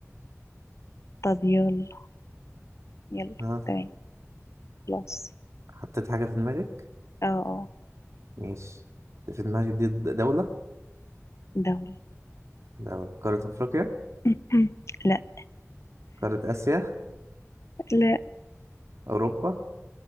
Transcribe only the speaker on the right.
ها
حطيت حاجه في دماغك
ماشي في دماغك دي د- دوله
دوله قاره افريقيا
قاره اسيا
اوروبا